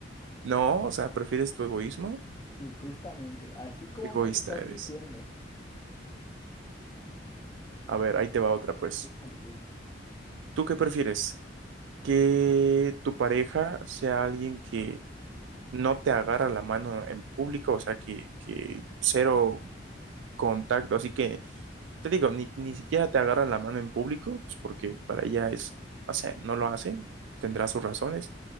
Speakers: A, on the right; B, on the left.
A: No, o sea, ¿prefieres tu egoísmo?
B: sí, justamente, así como
A: Qué egoísta
B: me lo estás
A: eres.
B: diciendo.
A: A ver,
B: A ver,
A: ahí te va otra, pues.
B: échale pues.
A: ¿Tú qué prefieres? ¿Que tu pareja sea alguien que no te agarra la mano en público, o sea, que, que cero contacto. Así que te digo, ni, ni siquiera te agarra la mano en público, pues, porque para ella es, o sea, no lo hace, tendrá sus razones,